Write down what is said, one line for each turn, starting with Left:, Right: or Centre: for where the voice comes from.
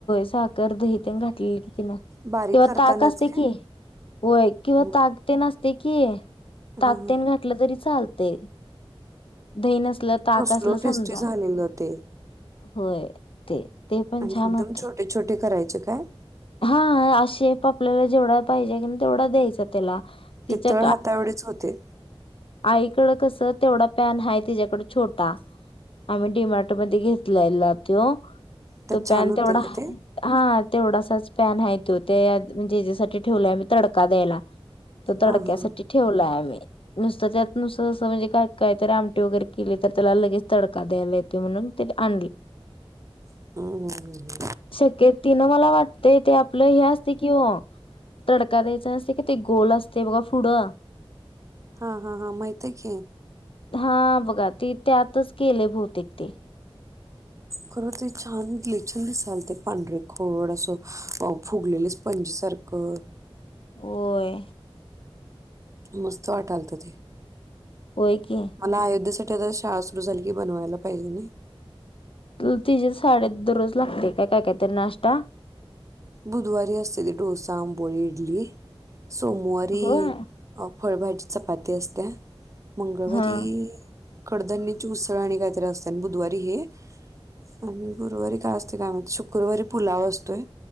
Left: साखर दहीतेन घातलेली किंवा
Right: बारीक करतानाच
Left: ताक असते
Right: काय
Left: की होय किंवा
Right: हं,
Left: ताकते न असते की ताकतेन
Right: हां हां
Left: घातलं तरी चालत ते दही
Right: कसल टेस्टी
Left: समजा
Right: झालेलं ते
Left: होय ते ते पण
Right: आणि
Left: छान
Right: एकदम
Left: होते
Right: छोटे छोटे करायचे अच्छा काय
Left: हा आशेप आपल्याला जेवढा पाहिजे की तेवढा द्यायचा त्याला तिच्या
Right: ते तळ हाताएवढेच होते
Left: आईकड कसं तेवढा पॅन आहे तिच्याकड छोटा आम्ही डी मार्ट मध्ये घेतलाला तो
Right: त्यात
Left: तो पॅन
Right: छान होते
Left: तेवढा
Right: का ते
Left: हा तेवढा पॅन ह त ते म्हणजे हच्यासाठी ठेवलं मी तडका द्यायला तो तडक्यासाठी
Right: हां हां
Left: ठेवलाय आम्ही नुसत त्यात नुसतं असं म्हणजे काय काय तर आमटी वगैरे केले तर त्याला लगेच तडका द्यायला येते म्हणून ते आणले.
Right: हं, हं, हं, हं.
Left: शक्य तिन मला वाट ते ते आपलं हे असते कि हो तडका द्यायचा नसते कि ते गोल असते बघा पुढं
Right: हा हा हा माहितय की
Left: हा बघा त त्यातच केले भौतेिक ते
Right: खरं ते छान लेछान दिसाल ते पांढरे खोड असं फुगलेले स्पंज सारखं?
Left: वय
Right: मस्त वाटालत ते!
Left: होय की
Right: मला आयोध्यासाठी कठ शाळा सुरू झाली की बनवायला पाहिजे नाही.
Left: तिचीे साडे दर रोज लागते काय काय कायतरी नाश्ता?
Right: बुधवारी हते ते डोसा अंबली इडली. सोमवारी
Left: होय
Right: फळभाजी चपाती असत्या मंगळवारी
Left: हा
Right: कडधनीची उसळ आणि काहीतरी असते आणि बुधवारी हे आणि गुरुवारी काय असते काय म्ह शुक्रवारी पुलाव असतोय.